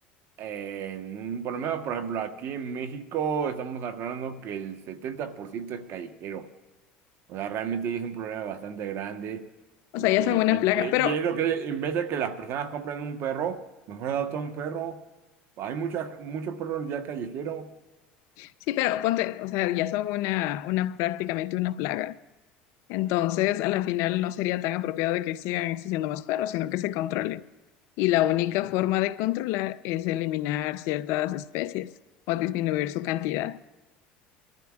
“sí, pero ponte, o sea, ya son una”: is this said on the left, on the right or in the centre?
Left